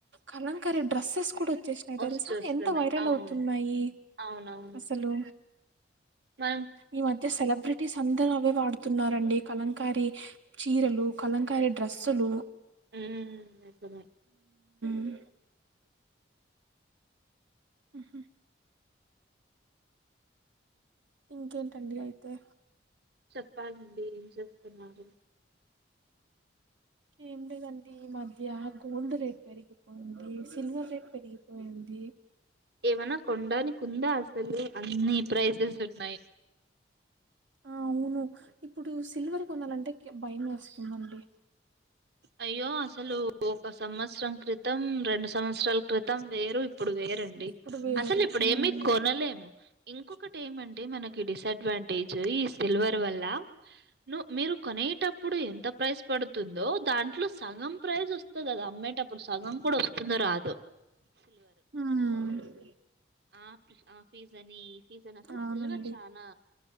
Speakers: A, on the right (about 80°); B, on the right (about 60°).
A: కలంకర డ్రెస్సెస్ కూడ చ్చేసినాయి
B: వచ్చేస్తున్నాయి
A: తెలుస ఎంత వైరల్
B: అవును
A: అవుతున్నాయి
B: అవునవును
A: అసలు
B: మ
A: ఈ మధ్య సెలబ్రిటీస్ అందరు అవే వాడుతున్నారండి కలంకారి చీరలు కలంకారి డ్రస్సులు
B: హ్మ్ నిజమే
A: <inaudible> ఉహ్మ్ ఇంకేంటండి అయితే
B: చెప్పాలండి ఏం చేస్తున్నారు
A: ఏం లేదండి ఈ మధ్య గోల్డ్ రేట్ పెరిగిపోయింది సిల్వర్ రేట్ పెరిగిపోయింది
B: ఎ కొండానికి ఉంద అసలు అన్ని ప్రైసెస్ ఉన్నాయి
A: ఆ అవును ఇప్పుడు సిల్వర్ కొనాలంటే క్ భయం ఏస్తుందండి
B: అయ్యో అసలు ఒక సంవత్సరం క్రితం రెండు సంవత్సరల్ క్రితం వేరు ఇప్పుడు వేరండి
A: ఇప్పుడు వేరు
B: అసలు ఇప్పుడ
A: ఉమ్,
B: ఏమి కొనలేము ఇంకో ఒకటి ఏమంటే మనకి డిసడ్వాంటేజ్ ఈ సిల్వర్ వల్ల ను మీరు కొనేటప్పుడు ఎంత ప్రైస్ పడుతుందో దాంట్లో సగం ప్రైజ్ ఒస్తద్ అద్ అమ్మేటపుడు సగం కూడా ఒస్తుందో రాదో
A: హ్మ్
B: ఆప్ ఆ ఫీజని ఇ ఫీజని అసల్
A: అవునండి
B: సిల్వర్ చానా